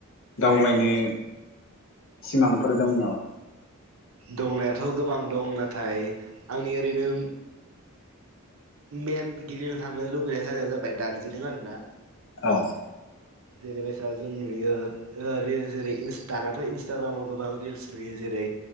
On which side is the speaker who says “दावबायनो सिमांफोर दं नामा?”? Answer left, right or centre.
Left